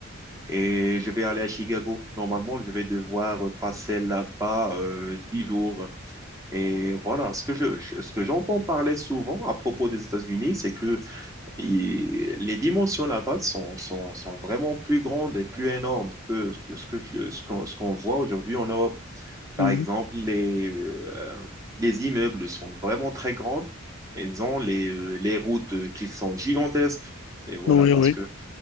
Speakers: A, on the right; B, on the left.
A: et je vais aller à Chicago. Normalement, je vais devoir passer là-bas euh, dix jours. Et voilà, ce que je, ce que j'entends parler souvent à propos des États-Unis, c'est que il- les dimensions là-bas sont, sont, sont vraiment plus grandes et plus énormes que ce que, ce que- ce qu'on ce qu'on voit aujourd'hui en Europe. Par
B: Mhm.
A: exemple, les, euh, les immeubles sont vraiment très grands. Ils ont les, euh, les routes euh, qui sont gigantesques. Et voilà,
B: Oui,
A: parce
B: oui.
A: que